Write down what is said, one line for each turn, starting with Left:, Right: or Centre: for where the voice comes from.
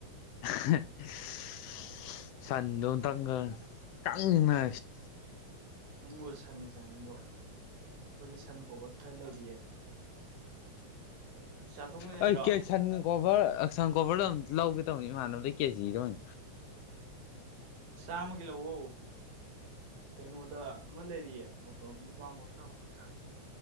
Left: <inaudible> ꯁꯥꯟꯗ ꯇꯪꯒ ꯀꯪꯅ
Right: ꯅꯪꯕꯨ ꯁꯟꯒ ꯆꯥꯅꯤꯡꯕꯣ ꯑꯩꯈꯣꯏꯗꯤ ꯁꯟ ꯀꯣꯚꯔ ꯈꯔ ꯂꯩꯔꯤꯌꯦ ꯑꯗꯨ ꯆꯥꯊꯣꯛꯃꯤꯟꯅꯁꯤꯔꯣ
Left: ꯍꯣꯏ ꯀꯦꯁꯟꯒ
Right: ꯑꯁ
Left: ꯀꯣꯕꯔ ꯍꯛꯆꯥꯡ ꯀꯣꯕꯔꯗꯣ ꯑꯝ ꯂꯧꯒꯦ ꯇꯧꯅꯤ ꯃꯅꯗꯈꯤꯁꯤ ꯇꯅꯤ
Right: ꯁꯃꯒꯤꯂꯣ ꯑꯣ ꯀꯩꯅꯣꯗ ꯑꯃ ꯂꯩꯔꯤꯌꯦ ꯃꯄꯥ ꯃꯄ ꯁꯥꯡ ꯑꯃꯈꯛ ꯁꯥꯡꯉꯤ